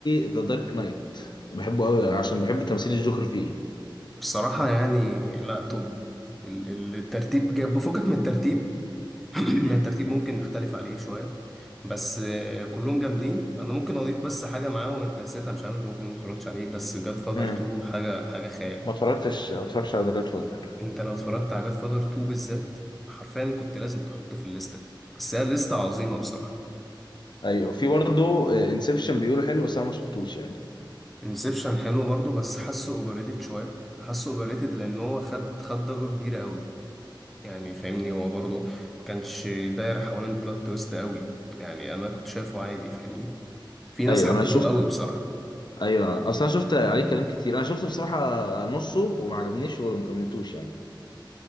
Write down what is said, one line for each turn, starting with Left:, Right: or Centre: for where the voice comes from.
Left: ذا دارك نايت بحبه قوي عشان بحب تمثيل الجوكر فيه
Centre: بصراحة يعني لا توب ال- ال- الترتيب جاب بفكك من الترتيب <clears throat> يعني الترتيب ممكن نختلف عليه شوية بس آه، كلهم جامدين انا ممكن اضيف بس حاجة معاهم انت نسيتها مش عارف انت ممكن ما اتفرجتش عليه بس جاد فاذر
Left: امم
Centre: 2 حاجة حاجة خيال
Left: ما اتفرجتش ما اتفرجتش على ذا جاد فوزر
Centre: انت لو اتفرجت على جاد فاذر 2 بالذات حرفيا كنت لازم تحطه في الليستة دي بس هي لستة عظيمة بصراحة
Left: ايوه في برضه انسبشن بيقولوا حلو بس انا ما شفتوش يعني
Centre: انسبشن حلو برضو بس حاسه اوفرريتد شويه حاسه اوفرريتد لان هو خد خد ضجه كبيره قوي يعني فاهمني هو برضو ما كانش داير حوالين بلوت تويست قوي يعني انا كنت شايفه عادي فاهمني في ناس
Left: ايوه
Centre: حبته
Left: انا شفت
Centre: قوي بصراحه
Left: ايوه انا اصلا شفت عليه كلام كتير انا شفت بصراحه نصه وما عجبنيش وما كملتوش يعني